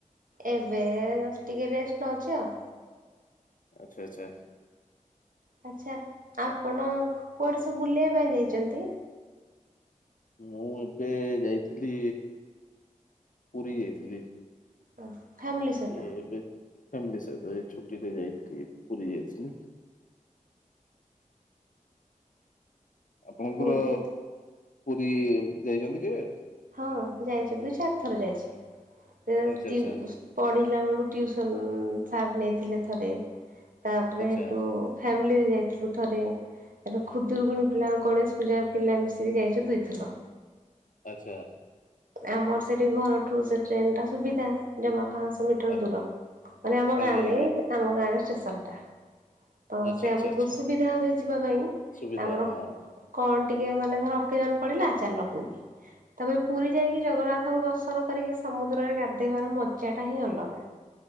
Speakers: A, on the right; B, on the left.
A: ଏବେ ଟିକେ ରେଷ୍ଟ ନେଉଛି ଆଉ
B: ଆଛା ଆଚ୍ଛା।
A: ଆଚ୍ଛା ଆପଣ
B: ଆ,
A: କୁଆଡ଼େ ସବୁ ବୁଲିବା ପାଇଁ ଯାଇଛନ୍ତି?
B: ମୁଁ ଏବେ ଯାଇଥିଲି ପୁରୀ ଯାଇଥିଲି।
A: ହ ଫ୍ୟାମିଲି ସହିତ
B: ଏ ଏବେ ଫାମିଲି ସହିତ ଏ ଛୁଟିରେ ଯାଇଥିଲି ପୁରୀ ଯାଇଥିଲି। ଆପଣଙ୍କର
A: ପୁରୀ
B: ପୁରୀ ଯାଇଛନ୍ତି କେବେ?
A: ହଁ ଯାଇଛି ଚାରି ଥର ଯାଇଛି
B: ଆଚ୍ଛା ଆଚ୍ଛା
A: ପଢ଼ିଲା ବେଳକୁ ଟିୁଉସନ୍ ସାର୍ ନେଇଥିଲେ ଥରେ ତାପରେ
B: ଆଚ୍ଛା
A: ହେଠୁ ଫ୍ୟାମିଲିରେ ଯାଇଥିଲୁ ଥରେ। ଏ ଖୁଦୁରୁକୁୁଣୀ ପିଲା ଆଉ ଗଣେଶ ପୂଜା ପିଲା ମିଶିକି ଯାଇଛୁ। ଦୁଇଥର
B: ଆଚ୍ଛା।
A: ଆମର ସେଠି ଘରଠୁ ସେ ଟ୍ରେନ୍ ଟା ସୁବିଧା। ଜମା ପାଆଁଶହ ମିଟର
B: ଆ-
A: ଦୂର ମାନେ ଆମ
B: ଆଜ୍ଞା
A: ଗାଁ
B: ଆଜ୍ଞା
A: ନେଇ ଆମ ଗାଁରେ ଷ୍ଟେସନଟା। ତ
B: ଆଚ୍ଛା
A: ସେ
B: ଆଚ୍ଛା
A: ଆମକୁ
B: ଆଚ୍ଛା
A: ସୁବିଧା ହୁଏ ଯିବା ପାଇଁ
B: ସୁବିଧା
A: ଆମର
B: ହଁ
A: କଣ ଟିକେ ମାନେ ଧର ଅକେଜନ୍ ପଡିଲା ଚାଲ ପୁଣି। ତାପରେ ପୁରୀ ଯାଇକି ଜଗନ୍ନାଥଙ୍କୁ ଦର୍ଶନ କରିକି ସମୁଦ୍ରରେ ଗାଧେଇବାର ମଜାଟା ହିଁ ଅଲଗା।